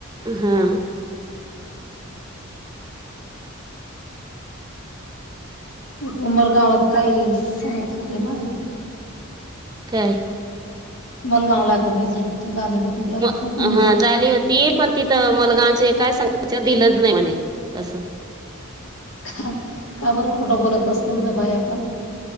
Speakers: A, on the right; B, on the left.
A: हा
B: म-मरगावला तर काही सांगत होते ना.
A: काय?
B: मलगाव ला विजिट झाले होते. तर
A: म
B: खूप म्हणजे
A: हा झाली होती पण तिथं मलगावचे काय सांगायच्या दिलं नाही म्हणे तसं
B: का बर खोटं बोलत असतील गं बाया पण.